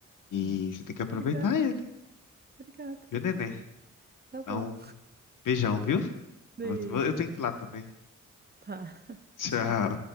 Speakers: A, on the left (about 70°); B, on the right (about 30°).
A: e
B: Hum.
A: você tem que aproveitar
B: Obrigada,
A: ele,
B: obrigada.
A: viu, nenê?
B: Tá
A: Então,
B: bom.
A: beijão, viu?
B: Beijo.
A: Eu vou- eu tenho que ir lá também.
B: Tá.
A: Tchau.
B: Tchau.